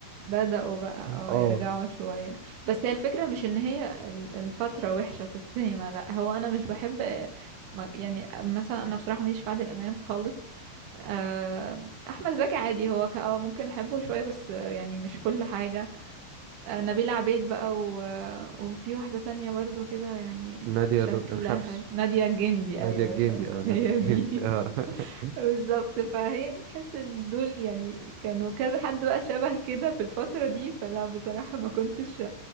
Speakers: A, on the right; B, on the right.
A: بدأوا بقى اه
B: اه
A: يرجعوا شوية بس هي الفكرة مش ان هي ال- الفترة وحشة في السينما لا هو انا مش بحب ما- يعني مثلا انا بصراحة ماليش في عادل امام خالص آه، احمد زكي عادي هو ك- اه ممكن احبه شوية بس يعني مش كل حاجة آه، نبيلة عبيد بقى و... وفي واحدة تانية برضو كده يعني
B: نادية
A: شكلها
B: لو... مش عارف اسمه
A: نادية جندي
B: نادية
A: ايوه
B: الجندي
A: شا-
B: اه
A: <laughs>
B: نادية
A: هي
B: الجندي
A: دي
B: اه <laughs>
A: بالظبط فهي دي تحس ان دول يعني كانوا كذا حد بقى شبه كده في الفترة دي فلا بصراحة ما كنتش